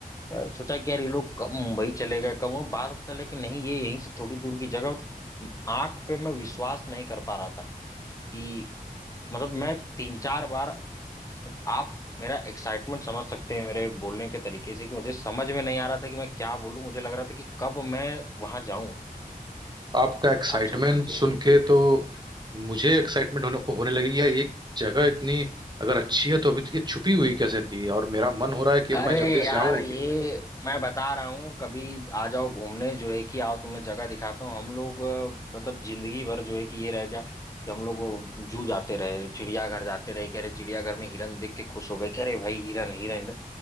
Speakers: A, on the left (about 20°); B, on the right (about 30°).
A: पर सोचा कि यार ये लोग कब मुंबई चले गए कब वो बाद में चला कि नहीं ये यहीं से थोड़ी दूर की जगह मतलब आंख पे मैं विश्वास नहीं कर पा रहा था कि मतलब मैं तीन चार बार मतलब आप मेरा एक्साइटमेंट समझ सकते हैं मेरे बोलने के तरीके से कि मुझे समझ में नहीं आ रहा था कि मैं क्या बोलूं मुझे लग रहा था कि कब मैं वहां जाऊं
B: आपका एक्साइटमेंट
A: आप सोच लीजिए
B: सुन के तो मुझे एक्साइटमेंट होने होने लगी यार ये जगह इतनी अगर अच्छी है तो अभी तक ये छुपी हुई कैसे थी और मेरा मन हो रहा है कि अब
A: अरे
B: मैं जल्दी
A: यार
B: से आऊं
A: ये मैं बता रहा हूँ कभी आ जाओ घूमने जो है कि आओ तुम्हें जगह दिखाता हूँ हम लोग अ, मतलब जिंदगी भर जो है कि ये रह गया कि हम लोग वो जू जाते रहे चिड़ियाघर जाते रहे कह रहे चिड़ियाघर में हिरन देख के खुश हो गए कह रहे भाई हिरन हिरन हिरन।